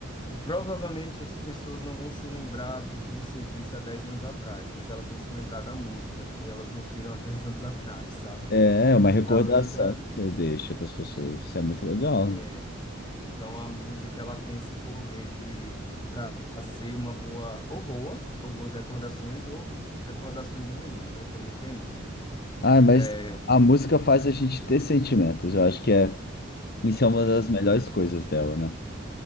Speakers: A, on the left (about 25°); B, on the left (about 50°).
A: Provavelmente as pessoas não vão se lembrar do que você disse há 10 anos atrás, mas elas vão se lembrar da música que elas ouviram há dez anos atrás, sabe?
B: É,
A: <laughs>
B: é uma recordação
A: Da letra.
B: que você deixa para as pessoas. Isso é muito legal.
A: é, Então a música ela tem esse poder de trazer uma boa, ou boa, ou boas recordações, ou recordações ruins, né? Também tem isso.
B: Ah, mas
A: É,
B: a música faz a gente ter sentimentos. Eu acho que é, isso é uma das
A: sim,
B: melhores coisas dela, né?